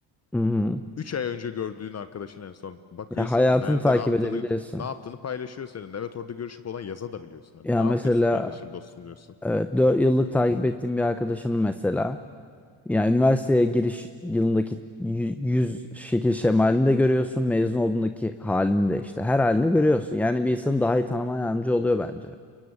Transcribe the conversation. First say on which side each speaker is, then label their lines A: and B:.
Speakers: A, in the centre; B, on the left (about 30°).
A: Hı hı.
B: 3 ay önce gördüğün arkadaşın en son bakıyorsun
A: Ya hayatını
B: nerede
A: takip
B: ne yaptığını
A: edebiliyorsun.
B: ne yaptığını paylaşıyor senin. Evet orada görüşüp olan yaza da biliyorsun. Hani
A: Ya
B: ne
A: mesela
B: yapıyorsun kardeşim dostum diyorsun.
A: evet, 4 yıllık takip ettiğim bir arkadaşının mesela Yani üniversiteye giriş yılındaki yü- yüz şekil şemalini de görüyorsun. Mezun olduğundaki halini de işte her halini görüyorsun. Yani bir insanı daha iyi tanımana yardımcı oluyor bence.